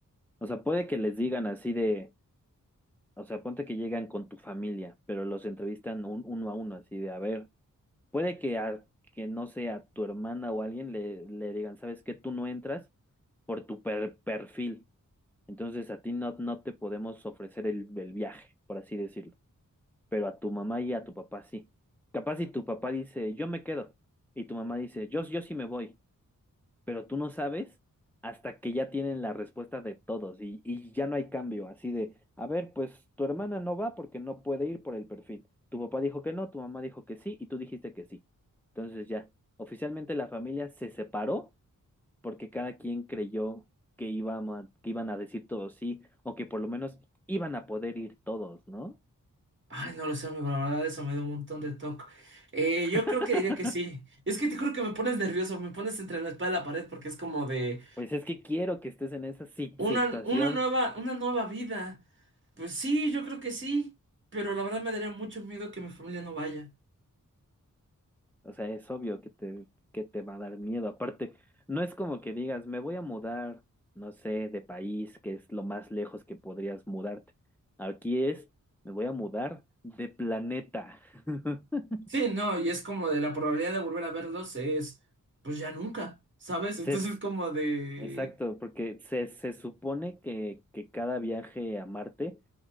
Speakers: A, in the centre; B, on the right.
A: O sea, puede que les digan así de, o sea, ponte que llegan con tu familia, pero los entrevistan un- uno a uno, así de, a ver, puede que a, que no sea tu hermana o alguien le, le digan, ¿sabes qué? Tú no entras por tu per- perfil. Entonces a ti no, no te podemos ofrecer el, el viaje, por así decirlo, pero a tu mamá y a tu papá sí. Capaz si tu papá dice, yo me quedo, y tu mamá dice, yo, yo sí me voy, pero tú no sabes hasta que ya tienen la respuesta de todos y, y ya no hay cambio, así de, a ver, pues tu hermana no va porque no puede ir por el perfil. Tu papá dijo que no, tu mamá dijo que sí y tú dijiste que sí. Entonces ya, oficialmente la familia se separó porque cada quien creyó que iban a, que iban a decir todos sí, o que por lo menos iban a poder ir todos, ¿no?
B: Ay, no lo sé, amigo, la verdad eso me da un montón de toque. Eh, yo
A: <laughs>
B: creo que diría que sí. Es que te juro que me pones nervioso, me pones entre la espada y la pared porque es como de
A: Pues es que quiero que estés en esa si-
B: una,
A: situación,
B: una nueva, una nueva vida. Pues sí, yo creo que sí, pero la verdad me daría mucho miedo que mi familia no vaya.
A: o sea, es obvio que te, que te va a dar miedo. Aparte, no es como que digas, me voy a mudar, no sé, de país, que es lo más lejos que podrías mudarte. Aquí es, me voy a mudar de planeta. <laughs>
B: Sí, no, y es como de la probabilidad de volver a verlos es, pues ya nunca, ¿sabes?
A: Se,
B: Entonces
A: s-
B: es como de,
A: exacto, porque se, se supone que, que cada viaje a Marte